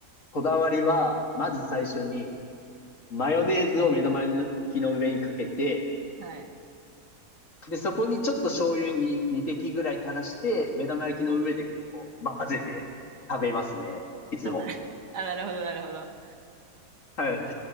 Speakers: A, on the left (about 55°); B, on the right (about 90°).
A: こだわりは、まず最初に、マヨネーズを目玉焼きの上にかけて、
B: はい。
A: で、そこにちょっと醤油に2滴ぐらい垂らして、目玉焼きの上でこう混ぜて食べますね。いつも。
B: あ、な、<laughs> あ、なるほど、なるほど。
A: はい。<laughs> い